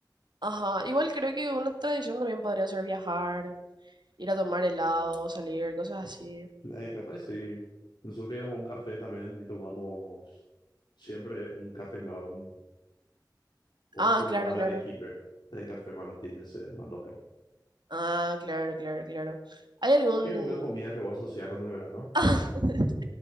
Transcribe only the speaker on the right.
Ajá, igual creo que una tradición también podría ser viajar, ir a tomar helado, salir, cosas así.
Ah,
claro,
claro.
Ah, claro, claro, claro. ¿Hay algún...
<laughs>